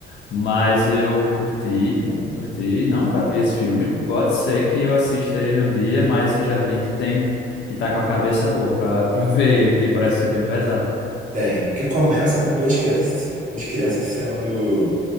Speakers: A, on the left; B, on the right.
A: mas eu curti, é, curti, nunca vi esse filme. Pode ser que eu assista ele um dia, mas eu já vi que tem que tá com a cabeça boa pra, pra <laughs> ver ele, que parece ser bem pesado.
B: tem. Que começa com duas crianças, duas crianças sendo